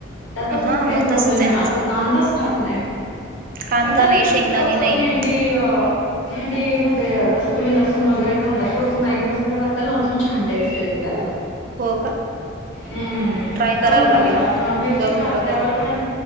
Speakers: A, on the left; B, on the right.
A: त्याचं पण
B: हा
A: सेम
B: मग
A: प्रॉब्लेम
B: तसच आहे
A: हे आसं
B: आमचं.
A: कांदाच खात नाही.
B: कांदा
A: मग तरी
B: नाही
A: पण
B: शेंगदाणे
A: तुम्ही फक्त
B: नाही.
A: भेंडी अं भेंडी.. मध्ये जसं तुम्ही लसूण वगैरे घालता, थोडसं मॅगी मसाला घातला ना अजून छान टेस्ट येते त्याला.
B: हो का
A: हम्म...
B: ट्राय करावं
A: करून बघा..
B: लागेल
A: <unintelligible>
B: मग.
A: मिरची
B: करून
A: घातल्यावर
B: बघल
A: पण